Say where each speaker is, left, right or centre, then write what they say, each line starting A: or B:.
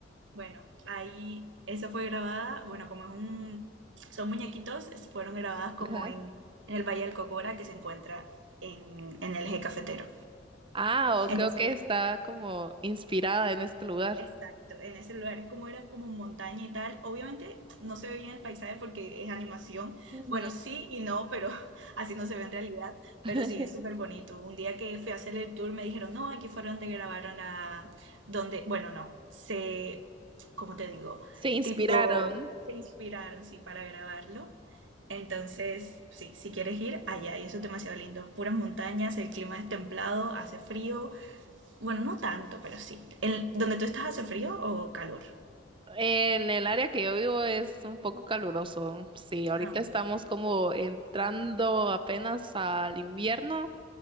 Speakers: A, on the right (about 80°); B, on the right (about 25°).
A: Bueno, ahí eso fue grabada, bueno, como es un, son muñequitos, es- fueron grabadas como
B: Ajá.
A: en, en el Valle del Cocora que se encuentra en, en el eje cafetero.
B: Ah, o
A: Entonces
B: creo que está como inspirada en este lugar.
A: Exacto, en ese lugar es como eran como montaña y tal. Obviamente no se ve bien el paisaje porque es animación.
B: Ujú.
A: Bueno, sí y no, pero <laughs> así no se ve en realidad.
B: <laughs>
A: Pero sí es súper bonito. Un día que fui a hacer el tour me dijeron, no, aquí fueron donde grabaron la, donde, bueno, no, se, ¿cómo te digo?
B: Se inspiraron.
A: Tipo, se inspiraron, sí, para grabarlo. Entonces, sí, si quieres ir allá, y eso es demasiado lindo. Puras montañas, el clima es templado, hace frío, bueno, no tanto, pero sí. ¿En donde tú estás hace frío o calor?
B: En el área que yo vivo es un poco caluroso. Sí, ahorita
A: Ah, ok.
B: estamos como entrando apenas al invierno,